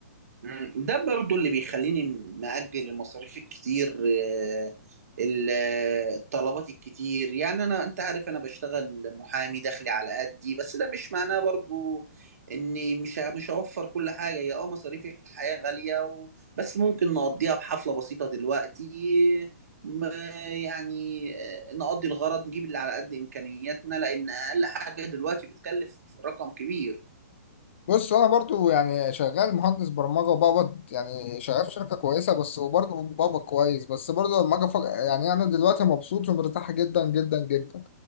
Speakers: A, on the right; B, on the left.
A: مم. ده برضو اللي بيخليني مأجل المصاريف الكتير آه، ال- آه، الطلبات الكتير يعني انا انت عارف انا بشتغل محامي دخلي على قدي بس ده مش معناه برضو اني مش ه- مش هوفر كل حاجة هي اه مصاريف الحياة غالية و... بس ممكن نقضيها بحفلة بسيطة دلوقتي م- يعني آه، نقضي الغرض نجيب اللي على قد إمكانياتنا لأن أقل حاجة دلوقتي بتكلف رقم كبير
B: بص انا برضو يعني شغال مهندس برمجه وبقبض يعني شغال في شركه كويسه بس وبرضو بقبض كويس بس برضو لما اجي أفكر- يعني انا دلوقتي مبسوط ومرتاح جدا جدا جدا